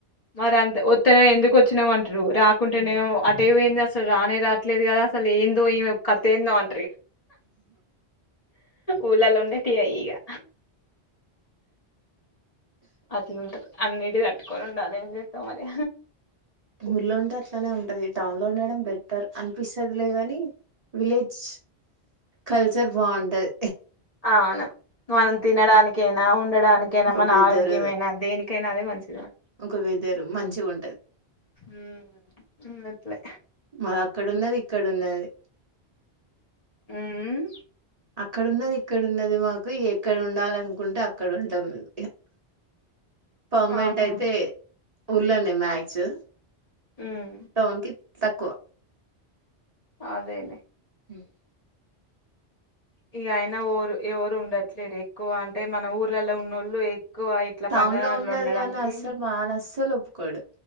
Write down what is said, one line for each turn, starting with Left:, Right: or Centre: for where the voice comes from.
Left: మరి అంతే వొత్తనే ఎందుకు వొచ్చినావ్ అంటరు రాకుంటేనేమో
Right: హ్మ్.
Left: ఆటే పోయింది అసల్ అసలు రానే రాట్లేదు కదా అసలు ఏందో ఇమే కథ ఏందో అ ఊలాలో ఉండే తి ఈగా అట్లుంటారు అన్నిటి తట్టుకొని ఉండాలి ఏం చేస్తాం మరి
Right: ఊర్లో ఉంటే అట్లనే ఉంటది టౌన్ లో ఉండడం బెటర్ అనిపిస్తుదిలే కానీ విలేజ్ కల్చర్ బావుంటది
Left: అవును మనం తినడానికైనా ఉండడానికైనా
Right: ఒక
Left: మన
Right: వెదరు
Left: ఆరోగ్యమేనా దేనికి కైనా అదే మంచి
Right: ఒక వేధేర్ మంచిగా ఉంటది
Left: ఉమ్, ఉమ్ అట్లే
Right: మావి అక్కడ ఉన్నది ఇక్కడ ఉన్నది
Left: ఉమ్
Right: అక్కడున్నది ఇక్కడ ఉన్నది మాకు ఎక్కడ ఉండాలనుకుంటే అక్కడ ఉంటాం మేము పర్మనెంట్
Left: ఆహా
Right: అయితే ఊళ్ళోనే మ్యాక్స్
Left: ఉమ్,
Right: టౌన్ కి తక్కువ
Left: అదేలే
Right: హ్మ్
Left: ఇగ అయినా పోరు ఎవరు ఉండట్లేరు ఎక్కువ అంటే మన ఊర్లలో ఉన్నోళ్ళు ఇట్లా
Right: టౌన్
Left: పట్టణాల్లో
Right: లో ఉన్నది
Left: ఉండడానికి
Right: కాని అస్సలు మాఆయన అస్సలు ఒప్పుకోడు